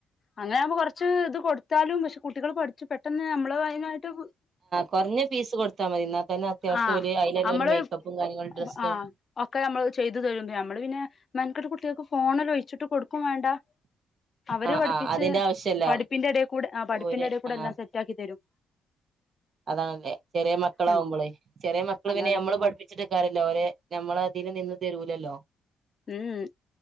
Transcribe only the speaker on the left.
അങ്ങനെ ആവുമ്പോ കൊർച്ച് ഇത് കൊടുത്താലും പക്ഷെ കുട്ടികൾ പഠി പെട്ടെന്ന് നമ്മള് അയ്നായിട്ട്
ആഹ്
നമ്മള്
ആഹ് ഒക്കെ നമ്മള് ചെയ്തു തരുമ്പോ നമ്മള് പിന്നെ മെൻകെട്ട് കുട്ട്യാക്ക് ഫോണി ഒഴിച്ചിട്ട് കൊടു ക്കും വേണ്ട അവര്
പഠിപ്പിച്ച്
പഠിപ്പിന്റെടെക്കൂടെ ആഹ് പഠിപ്പിന്റെടെ
കൂടെ
എല്ലാം സെറ്റ് റ്റാക്കി തെരും.
ഉം
അതാണ്
ഉം ഉം